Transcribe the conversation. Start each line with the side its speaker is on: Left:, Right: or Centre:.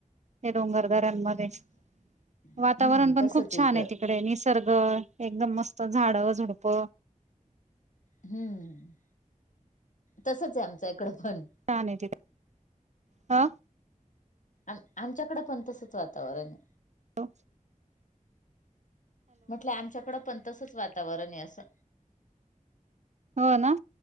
Right: हे डोंगर दर्यामध्ये खुप वातावरण
Left: हम्म
Right: पण
Left: तसच
Right: खूप छान
Left: इकडं
Right: आहे तिकडे निसर्ग एकदम मस्त झाडझुडपं
Left: हम्म. तसंच आहे आमच्या इकडं पण.
Right: छान आहे ते हा.
Left: आम आमच्याकडं पण तसंच वातावरण आहे.
Right: हो.
Left: म्हटल आमच्याकड पण तसच वातावरण आहे असं.
Right: हो ना.